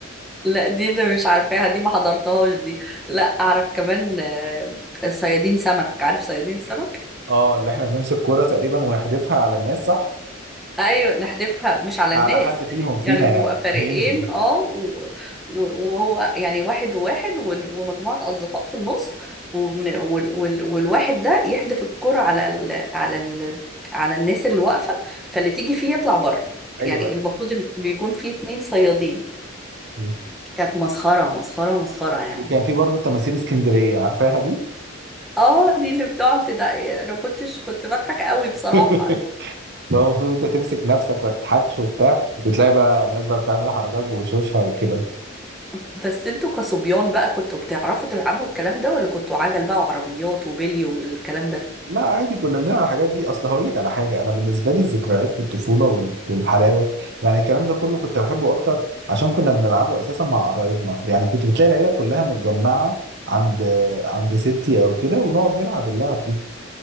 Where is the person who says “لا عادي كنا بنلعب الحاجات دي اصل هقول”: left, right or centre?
Right